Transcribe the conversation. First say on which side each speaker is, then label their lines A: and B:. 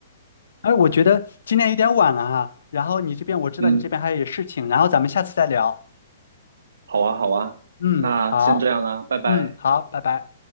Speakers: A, on the left (about 85°); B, on the right (about 80°).
A: 哎，我觉得今天有点晚了哈，然后你这边我知道你这边还有事情，
B: 嗯，
A: 然后咱们下次再聊。
B: 好啊，好啊，
A: 嗯，
B: 那先这样啦，
A: 好，
B: 拜拜。
A: 嗯，好，拜拜。